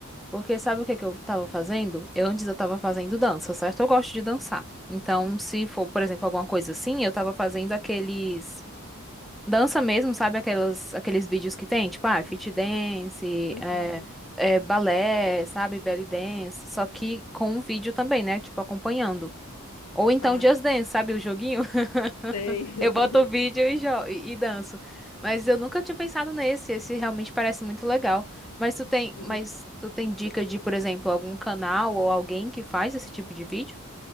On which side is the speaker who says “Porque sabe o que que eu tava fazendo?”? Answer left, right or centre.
Centre